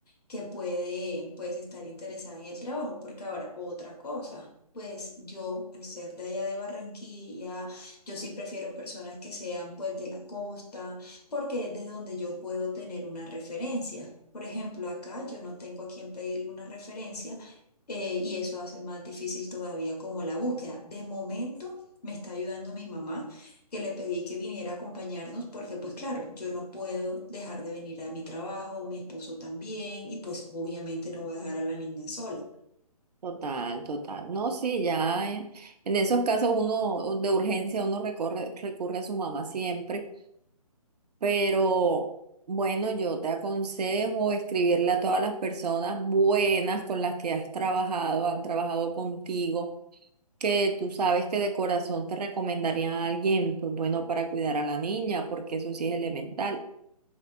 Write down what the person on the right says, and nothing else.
Total, total. No, sí, ya en, en esos casos uno de urgencia uno recorre, recurre a su mamá siempre. Pero bueno, yo te aconsejo escribirle a todas las personas buenas con las que has trabajado, han trabajado contigo, que tú sabes que de corazón te recomendaría a alguien, pues bueno, para cuidar a la niña, porque eso sí es elemental.